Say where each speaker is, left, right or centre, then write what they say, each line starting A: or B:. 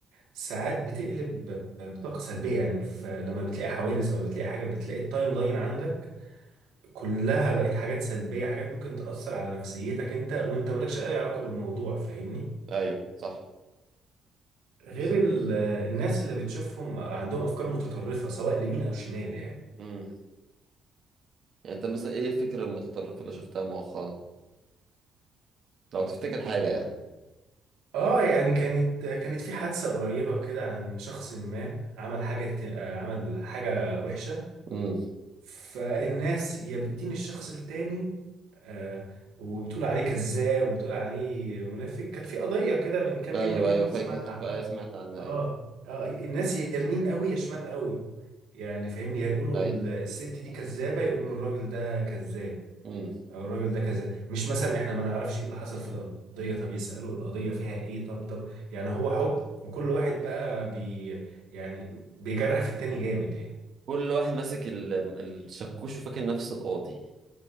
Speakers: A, on the right; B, on the right.
A: ساعات بتقلب بطاقة سلبية يعني فلما بتلاقي حوادث أو بتلاقي حاجة بتلاقي التايم لاين عندك كلها بقت حاجات سلبية حاجات ممكن تأثر على نفسيتك أنت وأنت مالكش أي علاقة بالموضوع فاهمني؟
B: ايوه صح
A: غير
B: بالظبط
A: ال- الناس اللي بتشوفهم عندهم أفكار متطرفة سواء اليمين أو الشمال يعني
B: امم يعني انت مثلا ايه الفكره المتطرفه اللي شفتها مؤخرا لو تفتكر حاجة يعني
A: اه يعني كانت كانت في حادثة قريبة كده عن شخص ما عمل حاجة ت- آه، عمل حاجة وحشة
B: امم
A: فالناس يا بتدين الشخص التاني آه، وبتقول عليه كذاب وبتقول عليه منافق كانت في قضية كده من كام
B: ايوه
A: يوم أكيد
B: ايوه
A: أنت
B: فاكر
A: سمعت عنها
B: ايوه سمعت عنها
A: اه
B: ايوه
A: اه الناس يا يمين قوي يا شمال قوي يعني فاهمني يا يقولوا
B: ايوه
A: ال- الست دي كذابة يقولوا الراجل ده كذاب
B: امم
A: او الراجل ده كذا مش مثلا احنا ما نعرفش ايه اللي حصل في القضيه طب يسالوا القضيه فيها ايه طب طب يعني هو حكم وكل واحد بقى بي يعني بيجرح في التاني جامد يعني
B: كل واحد ماسك ال- الشكوش وفاكر نفسه القاضي